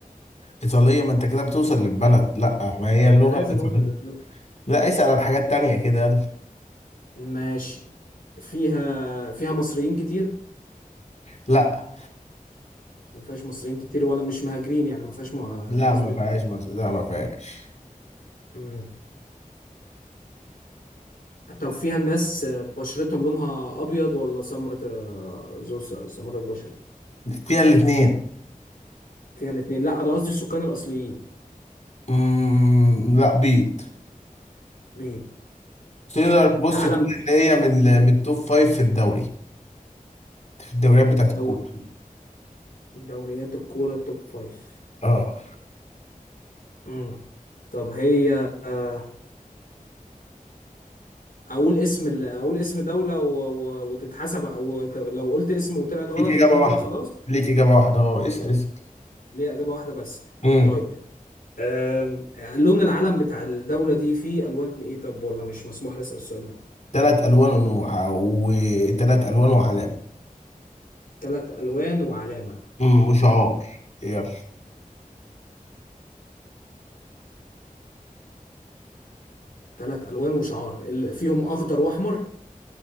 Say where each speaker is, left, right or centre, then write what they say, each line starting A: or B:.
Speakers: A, on the left; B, on the left.
A: إيطالية ما أنت كده بتوصل للبلد لا ما هي اللغة
B: أنا لازم
A: الإيطالية
B: أوصل للبلد
A: لا اسأل عن حاجات تانية كده يلا.
B: ماشي فيها فيها مصريين كتير
A: لا
B: ما فيهاش مصريين كتير ولا مش مهاجرين يعني ما فيهاش مه...
A: لا
B: نسبة
A: ما فيهاش مز... لا ما فيهاش
B: مم. طب فيها الناس بشرتهم لونها ابيض ولا سمرة آه، ذو س- سمرة بشرة
A: فيها الاتنين
B: فيها الاثنين لا انا قصدي السكان الاصليين
A: مم... لا بيض
B: بيض
A: تقدر بص
B: العالم
A: تقول
B: ده
A: ان هي من
B: امم
A: ال- من التوب فايف في الدوري في الدوريات بتاعت
B: الدوري
A: الكورة
B: دوريات الكورة التوب فايف
A: اه
B: امم طب هي آه، اقول اسم ال... اقول اسم دولة و... و... وتتحسب او ت- لو قلت اسم وطلعت غلط
A: ليك اجابة
B: يبقى انا كده
A: واحدة
B: خلاص
A: ليك اجابة واحدة اه اسأل اسأل
B: ليه اجابة واحدة بس
A: امم
B: طيب أم... لون العلم بتاع الدولة دي فيه الوان ايه طب ولا مش مسموح لي اسال السؤال ده
A: ثلاث الوان ونوع وثلاث الوان وعلامة
B: ثلاث الوان وعلامة
A: امم وشعار يلا
B: ثلاث الوان وشعار ال- فيهم اخضر واحمر